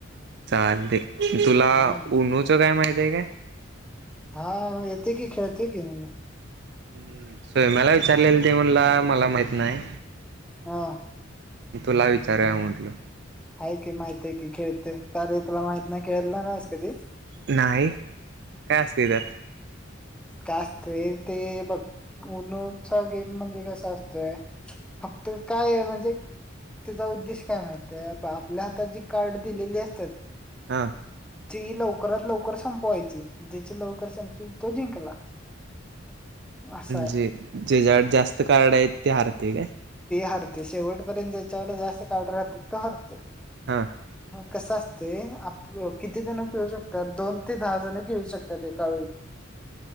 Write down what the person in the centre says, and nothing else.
हम्म
हा येत की खेळती की म
हा
आहे की माहित आहे की खेळते कारे तुला माहित नाही खेळलं नास कधी
का असतय ते बघ नूचा गेम म्हणजे कसा असतोय फक्त काय आहे म्हणजे त्याचा उद्देश काय माहित आहे आपल्या हात जी कार्ड दिलेली असतात
ती लवकरात लवकर संपवायची ज्याची लवकर संपतील तो जिंकला. असा आहे
हरते ते शेवटपर्यंत जेच्या कड जास्त कार्ड राहत्यात तो हरतोय.
कसं असतय आप किती जण खेळू शकत्यात दोन ते दहा जणं खेळू शकतात ए काळू.